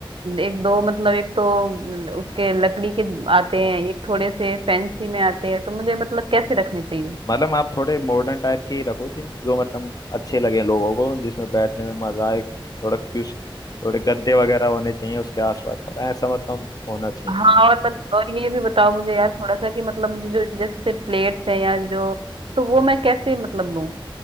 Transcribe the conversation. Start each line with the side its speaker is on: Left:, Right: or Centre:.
Right: एक दो मतलब एक तो ल- उसके लकड़ी के आते हैं एक थोड़े से फैंसी में आते हैं तो मुझे मतलब कैसे रखने चाहिए
Left: मतलब आप थोड़े मॉडर्न टाइप के ही रखो जिन जो मतलब अच्छे लगे लोगों को जिसमें बैठने में मजा आए थोड़ा क्यूस थोड़े गद्दे वगैरह होने चाहिए उसके आसपास थोड़ा ऐसा मतलब होना चाहिए
Right: हाँ और मत, और ये भी बताओ मुझे यार थोड़ा सा कि मतलब मुझे जो जैसे प्लेट्स हैं या जो तो वो मैं कैसे मतलब लूं